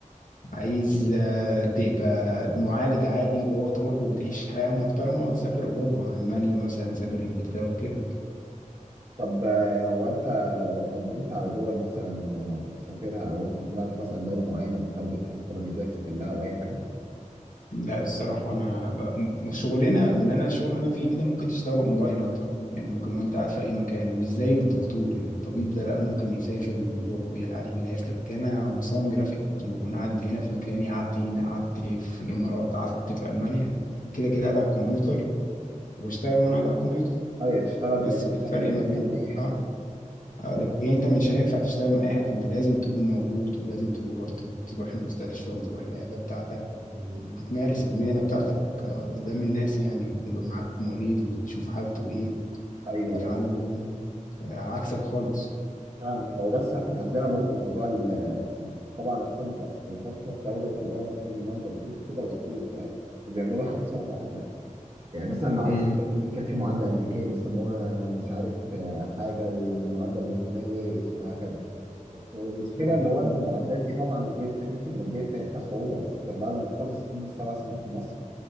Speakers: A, on the left (about 80°); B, on the right (about 40°).
A: عايز آه، تبقى معالج عادي اللي هو تروح وتعيش حياة محترمة سافر أوروبا ألمانيا مثلا سافر إنجلترا كده
B: طب آه، هو انت قدمت على دول مثلا آه، تسافرها او انت في دماغك مثلا دوله معينه بتترجتها الفتره اللي جايه تسافر لها او اي حاجه؟
A: لا الصراحة أنا ب- م- شغلنا اللي أنا الشغل اللي أنا فيه ده ممكن تشتغل أونلاين أكتر يعني ممكن وأنت قاعد في أي مكان مش زي الدكتور يعني الطبيب ده لا ممكن يسافر ويروح ويعالج ناس لكن أنا مصمم جرافيك أنا بكون قاعد هنا في مكاني قعدت هنا قعدت في الإمارات قعدت في ألمانيا كده كده قاعد على الكمبيوتر واشتغل وأنا قاعد على الكمبيوتر
B: ايوه تشتغل
A: بس
B: من في
A: ده الفرق
B: اي
A: ما
B: حته
A: بين
B: من اي حته
A: اه هقولك إيه، انت مش هينفع تشتغل من اي حته انت لازم تكون موجود ولازم تروح تروح المستشفى وتروح العياده بتاعتك و- وتمارس المهنه بتاعتك آه، قدام الناس يعني يبقى معاك مريض وتشوف حالته ايه
B: ايوه
A: وتعالجه
B: ايوه
A: آه، عكسك خالص
B: فاهمك هو بس احنا عندنا برضه موضوع ال- طبعا الطب انت ما ينفعش تروح دوله وتقول لهم انا راجل مرضى بيشوفوا كده وياخدوك فاهم؟ بيعملوا حاجه اسمها معادله يعني مثلا لو عايز
A: مم.
B: اسافر امريكا في معادله امريكيه بيسموها مش عارف آه، حاجه والمعادله البريطانيه ليها اسم وهكذا بس المشكله
A: مم.
B: اللي هو
A: مم.
B: انت المعادلات دي طبعا غير التكلفه الماديه بتاعتها صعوبه اصل انت بعد ما بتخلص الطب السبع سنين في مصر